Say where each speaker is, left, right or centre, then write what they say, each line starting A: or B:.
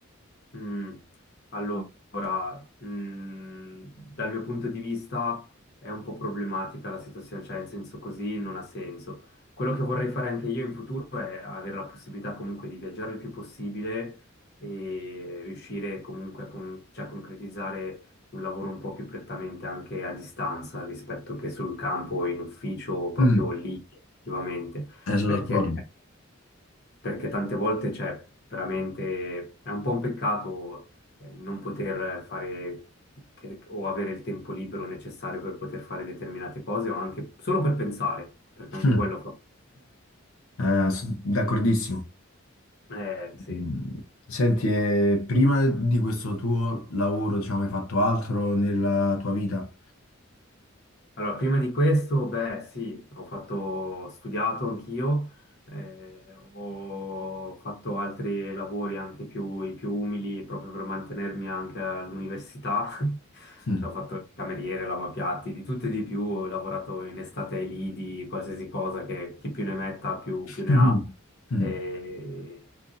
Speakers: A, on the left (about 50°); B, on the left (about 85°).
A: mm, allora, mm, dal mio punto di vista è un po' problematica la situazione, cioè in senso così non ha senso. Quello che vorrei fare anche io in futuro è avere la possibilità comunque di viaggiare il più possibile e riuscire comunque a, con- cioè, a concretizzare un lavoro un po' più prettamente anche a distanza rispetto che sul campo, in ufficio o proprio
B: Mm,
A: lì, attivamente,
B: eh, sono
A: perché
B: d'accordo.
A: perché tante volte, cioè, veramente è un po' un peccato eh, non poter fare che- o avere il tempo libero necessario per poter fare determinate cose o anche solo per pensare, perché
B: <laughs>
A: anche quello
B: Mm.
A: fa.
B: Eh, sono d'accordissimo.
A: Eh, sì.
B: Mm, Senti, eh, prima di questo tuo lavoro, diciamo, hai fatto altro nella tua vita?
A: Allora, prima di questo, beh, sì, ho fatto, ho studiato anch'io, eh, ho fatto altri lavori anche più, i più umili proprio per mantenermi anche all'università. <laughs>
B: Mm.
A: Cioè, ho fatto il cameriere, lavapiatti, di tutto e di più, ho lavorato in estate ai lidi, qualsiasi cosa che chi più ne metta più, più ne
B: Mhm.
A: ha.
B: Mm.
A: Eh,